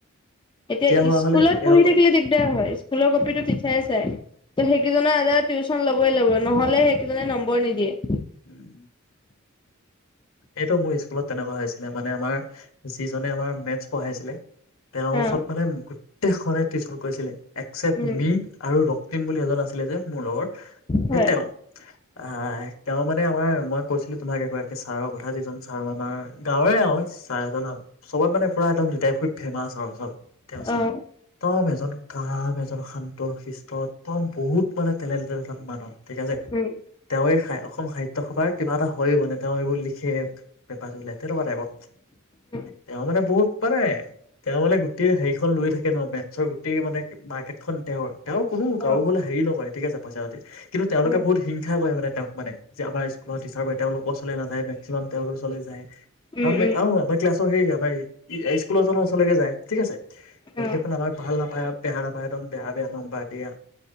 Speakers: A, on the left; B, on the left.
A: এতিয়া
B: হোৱা
A: স্কুলত
B: হ'লে
A: পঢ়ি
B: এ
A: থাকিলে দিগদাৰ হয়। স্কুলকপিটো টিছাৰে চাই। ত সেইকিজনে আজাদ। টিউশচন ল'বই লাগিব, নহলে সেইকেইজনে নম্বৰ নিদিয়ে।
B: উম। এইটো মোৰ স্কুলত তেনেকুৱা হৈছিলে। মানে আমাৰ যিজনে আমাৰ মেথছ পঢ়াইছিলে। তেওঁৰ
A: হা।
B: ওচৰত মানে গোটেইখনে টিউশন গৈছিলে একচেপ্ট
A: উম
B: মি, আৰু ৰক্তিম বুলি এজন আছিলে যে। মোৰ লগত
A: হয়
B: সেই তেওঁ আহ, তেওঁ মানে। মানে আমাৰ মই কৈছিলো তোমাক এগৰাকি এয়া ছাৰৰ কথা যিজন ছাৰ মামা গাঁৱৰে আৰু ছাৰ এজন চবত মানে পুৰা একদম তাই খুব ফেমাচ। ত ত তেওঁ ছাৰ
A: অ'
B: তব এজন। <unintelligible> এজন শান্ত শিষ্ট একদম বহুত মানে ঠেলেন ঠেড এজন মানুহ ঠিক আছে।
A: উম।
B: তেওঁৱে অসম সাহিত্য সভাৰ কিবা এটা হয় মানে। এইবোৰ লিখে এপৰ তেনেকুৱা টাইপৰ।
A: উম,
B: তেওঁ মানে বহুত মানে তেওঁ মানে গোটেই হেৰিখন লৈ থাকে ন, মেথছৰ গোটেই মানে মাৰ্কেট খন তেওঁৰ। তেওঁৰ কোনো কাৰো
A: অ'
B: ঘৰলে হেৰি নকৰে ঠিক আছে পইচা পাতি কিন্তু, তেওঁলোকে
A: উম
B: বহুত হিংসা কৰে মানে তেওঁক মানে। <unintelligible> তেওঁলোকচ। কলৈ নাযায় মেক্সিমাম তেওঁৰ ওচৰলৈ যায়।
A: উম
B: আ
A: উম
B: আহআ আমাৰ ক্লাছৰ হেৰিয়া। তাই স্কুলৰ ওছৰজনৰ লৈকে যায় ঠিক আছে। গতিকে
A: অ'
B: চোন আমাক ভাল নাপায়, বেয়া নাপায় একদম বেয়া বেয়া নম্বাৰ দিয়ে